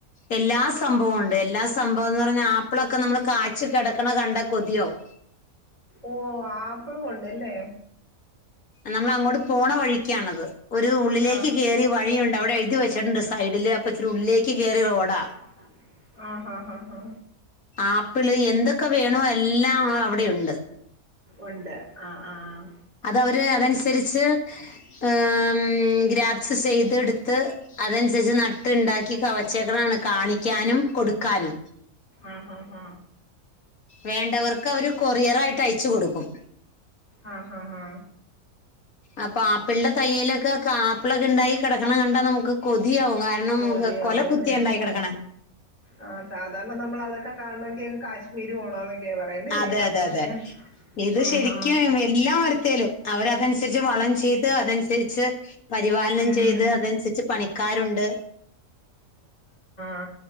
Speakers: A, on the left; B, on the left.
A: എല്ലാ സ് സംഭവംഉണ്ട് എല്ലാ സംഭവം എന്ന് പറഞ്ഞാ ആപ്പിളൊക്കെ നമ്മള് കാച്ച് കിടക്കണ കണ്ട കൊതിയാകും
B: ഓഹ് ആപ്പിളും ഉണ്ടല്ലേ
A: നമ്മളങ്ങോട്ട് പോണ വഴിക്കാണത് ഒരു ഉള്ളിലേക്ക്
B: ആഹ്
A: കേറി
B: <unintelligible> അവിടെ
A: വഴിയുണ്ട് എഴുതി വെച്ചിട്ടുണ്ട്
B: എഴുതി
A: സൈഡില് അപ്പൊ ഇച്ചിരി ഉള്ളിലേക്ക്
B: വെച്ചിട്ടുണ്ട്
A: കേറി
B: <unintelligible>
A: റോഡാ
B: റോഡ് ആണത് ആഹ് ഹാ ഹാ
A: ആപ്പിള് എന്തൊക്കെ വേണോ എല്ലാം അവിടെയുണ്ട്
B: ഉണ്ട് ആഹ് ആഹ്.
A: അത് അവര് അതനുസരിച്ച് ഏഹ് ഗ്രാഫ്സ് ചെയ്തെടുത്ത് അതനുസരിച്ച് നട്ടുണ്ടാക്കി കവച്ചക്കളാണ് കാണിക്കാനും കൊടുക്കാനും
B: ആഹ് ആഹ്
A: വേണ്ടവർക്ക് അവർ കൊറിയറായിട്ട് അയച്ചു കൊടുക്കും
B: ആ ഹ് ആ ആ
A: അപ്പൊ ആപ്പിളന്റെ തൈ യിലൊക്കെ കാപ്പിളൊക്കെ ഉണ്ടായി കിടക്കണം കണ്ടാ നമുക്ക് കൊതിയാവും കാരണം
B: കൊതിയാവും
A: കൊല കുത്തിയ
B: അല്ലേ?
A: ഉണ്ടായി കിടക്കണെ
B: ആ സാധാരണ നമ്മള അതക്കെ കാണമെങ്കിൽ കാശ്മീര് പോണം പറയുന്നല്ലേ
A: അതെ
B: ആപ്പളൊക്കെ
A: അതെ അതെ ഇത്
B: മം ആഹ്
A: ശരിക്കും എല്ലാ വരത്തോലും അവരതനുസരിച്ച് വളം ചെയ്ത് അതനു രിച്ച് പരിപാലനം
B: ഉം.
A: ചെയ്ത് അതനുസരിച്ച് പണിക്കാരുണ്ട്.
B: ആ